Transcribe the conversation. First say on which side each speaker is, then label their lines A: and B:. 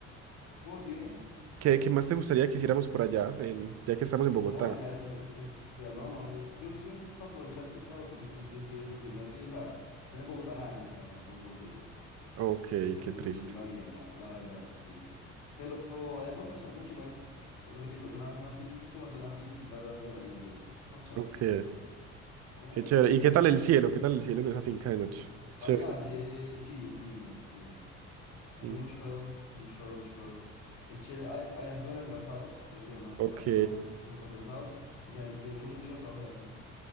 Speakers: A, on the left; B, on the right.
A: ¿cómo tiene?
B: ¿Qué, qué más te gustaría que hiciéramos por allá, en- ya que estamos en Bogotá?
A: No, allá es, es, es, es- bueno, no, no, yo, yo creo que para aprovechar piscina, tú que sí, es decir, desde el primer día, o sea, estar en Bogotá, nada, literal, pasa por Bogotá y ya.
B: Ok,
A: para
B: qué
A: que
B: triste.
A: nos rinda bien, la, la verdad, sí. Pero además pasar mucho igual, es lo que te digo, es una, es una finca, es como de una finquita durante varios días, es parchado,
B: Ok,
A: a mí
B: qué
A: me
B: chévere.
A: gustó
B: ¿Y qué
A: mucho.
B: tal el cielo? ¿Qué tal el cielo en esa finca de noche? Chévere.
A: Allá hace, sí, es lindo, lindo, hace
B: Ujú.
A: mucho calor, hace mucho calor, mucho calor, es chévere, Ay- allá se pueden hacer asados, podemos llevar una, asa-
B: Ok,
A: una, una cosa para hacer asados, y se- yo he hecho muchos asados allá al frente,